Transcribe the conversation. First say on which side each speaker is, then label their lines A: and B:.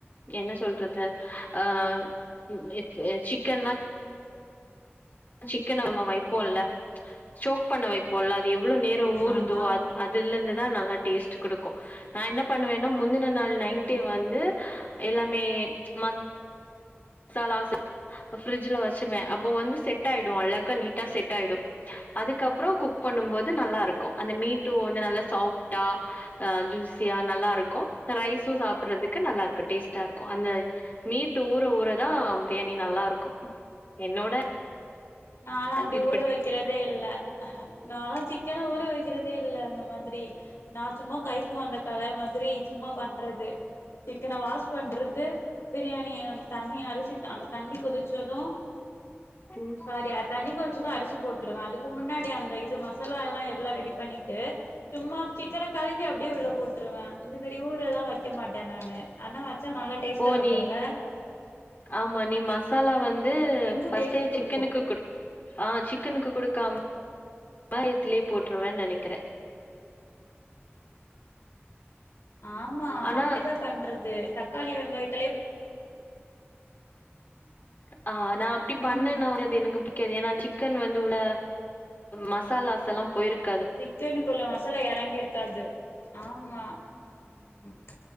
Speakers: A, on the left; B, on the left.
A: என்ன சொல்றது அ ம் ம் சிக்கன் லா சிக்கன நம்ம வைப்போம்ல ஸ்டோக் பண்ண வைப்போம்ல அது எவ்ளோ நேரம் ஊருதோ
B: ஆமா
A: அ அதுல இருந்துதா நல்லா டேஸ்ட் குடுக்கு நா என்ன பண்ணுவேன்னா முந்தின நாள் நைட்டே
B: ஓகே
A: வந்து எல்லாமே ம சாலா ஃப்ரிட்ஜல வச்சுருவ அப்போ வந்து செட் ஆயிடு அழகா நீட்டா செட் ஆயிடு அதுக்கப்றோ குக் பண்ணும்போது நல்லா இருக்கு அந்த மீட்டு வந்து நல்லா சாஃப்ட்டா அ ஜூஸியா நல்லா இருக்கு ரைஸு சாப்புறதுக்கு நல்லா இருக்கு டேஸ்டா இருக்கு அந்த மீட்டு ஊற ஊறதா பிரியாணி நல்லா இருக்கு என்னோட
B: நாலா அப்டி
A: இது
B: ஊற
A: படி
B: வக் வக்கிறதே இல்ல நாலா சிக்கன ஊற வக்கிறதே இல்ல அந்த மாதிரி நா சும்மா கைக்கு வந்த கல மாதிரி சும்மா பண்றது சிக்கன வாஷ் பண்றது பிரியாணிய அந்த தண்ணிய அரிசி அந்த தண்ணி கொதிச்சது
A: ம்
B: சாரி அ தண்ணி கொதிச்சது அரிசி போட்ருவ அதுக்கு முன்னாடி அந்த இது மசாலா எல்லா எல்லா ரெடி பண்ணிட்டு சும்மா சிக்கன கழுவி அப்டியே உள்ள போட்ருவ இந்த மாரி ஊறல்லா வக்க மாட்ட நானு ஆனா வச்சா நல்லா டேஸ்ட்டா
A: போனி
B: இருக்குல்ல
A: ஆமா நீ ம மசாலா வந்து
B: இன்னு
A: ஃபர்ஸ்ட்டே
B: டேஸ்ட் குடுக்கு
A: சிக்கனுக்கு குடு ஆ சிக்கனுக்கு குடுக்காம வெங்காயத்திலே போட்டுறவ நெனைக்கிற
B: ஆமா
A: ஆனா
B: அப்டிதா பண்றது தக்காளி வெங்காயத்த
A: ஆ நா அப்டி
B: ம்
A: பண்ணனா அது எனக் பு டிக்காது ஏன்னா சிக்கன் வந்து உள்ள மசாலாஸ் எல்லா போயிருக்
B: சிக்கனுக்குள்ள மசாலா இறங்கிருக்காது ஆமா ம்